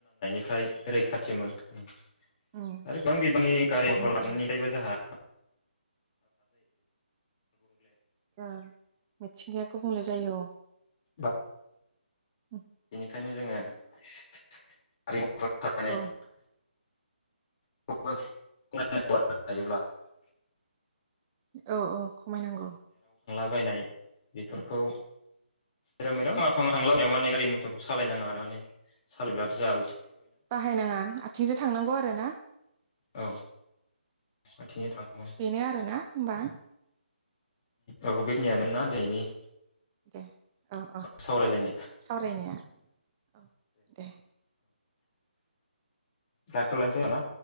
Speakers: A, on the left; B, on the right.
A: फ्राय रैखाथिमोनो उम।
B: उम
A: आरोबां बिबनि गारि मथर
B: उम
A: हारनायनिफ्रायबो
B: उम
A: जोंहा <unintelligible>
B: ओ मिथिंगाया गुबुंले जायो औ।
A: बा
B: <unintelligible>
A: ओंखायनो जोङो <unintelligible>
B: औ
A: <unintelligible> <unintelligible> हायोब्ला
B: औ औ खमायनांगौ।
A: बायनाय बिफोरखौ
B: ओ
A: जेराव मेराव नागा फाङा थांलाबायनायाव माने गारि मथरखौ सालायनाङा आरो माने सालाय जा
B: बाहायनाङा आथिंजों थांनांगौ आरो ना?
A: औ आथिंजों थाङो
B: बेनो आरोना होमबा?
A: औ बेखिनियानो ना दिनैनि
B: दे औ औ
A: सावरायलायनाय
B: दे सावरायनाया औ दे
A: डाक्टर लानोसैना?